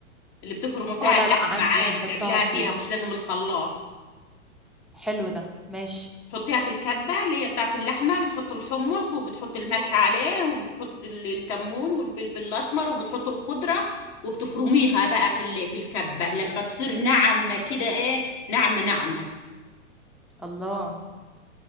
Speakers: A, on the left; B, in the centre.
A: اللي بتفرموا فيها
B: اه لا
A: اللحمة
B: لا عندي
A: عادي
B: هحطها
A: بتعمليها
B: فيها
A: فيها مش لازم الخلاط
B: حلو ده ماشي
A: تحطيها في الكبة اللي هي بتاعت اللحمة بتحط الحمص وبتحط الملح عليه وبتحط ال- الكمون والفلفل الأسمر وبتحط الخضرة وبتفرميها بقى في ال- في الكبة لما تصير ناعمة كده ايه ناعمة ناعمة
B: الله